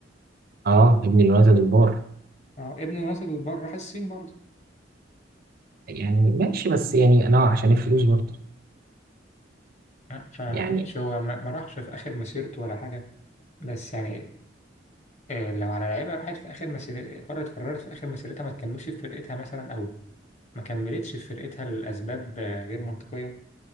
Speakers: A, on the right (about 55°); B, on the left (about 40°).
A: أه ابن اليونايتد البار
B: اه ابن اليونايتد اللي بره راح الصين برضه
A: يعني ماشي بس يعني أنا عشان الفلوس برضه
B: آه، فماشي
A: يعني
B: هو ما ما راحش في آخر مسيرته ولا حاجة بس يعني آه، لو على لعيبة راحت في آخر مسيرتها قررت قررت في آخر مسيرتها ما تكملش في فرقتها مثلا أو ما كملتش في فرقتها لأسباب آه، غير منطقية